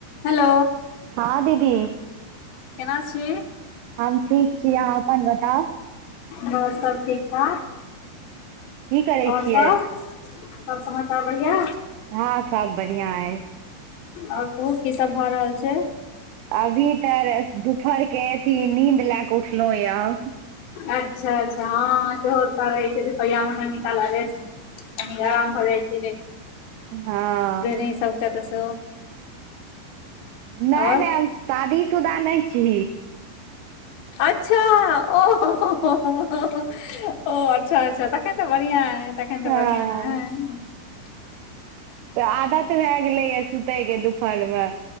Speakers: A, on the left; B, on the right.
A: Hello
B: हँ दीदी
A: केना छी
B: हम ठीक छी अहाँ अपन बताउ
A: बस सब ठीक ठाक
B: की करै छियैय
A: सब आओर समाचार बढ़िआ
B: हँं सब बढ़ियाँ अय
A: आओर कहु की सब भए रहल छै
B: अभी तऽ दुपहर के अथी नींद लए कऽ उठलौं य हम।
A: अच्छा अच्छा हँ सेहो रहै छै। दुफरिआमे कनिकाला रेसट कनि आराम भर जाइ छै।
B: हँ
A: जनी सब के त सेहो
B: नै
A: आओर
B: नै हम शादीशुदा नै छी
A: अच्छा ओ हो हो <unintelligible> ओ अच्छा अच्छा ताके तऽ बढीयाँ आत अखन त
B: हँ
A: बारिया अय
B: तऽ आदत भए गेलैया सुतयके दुपहरमे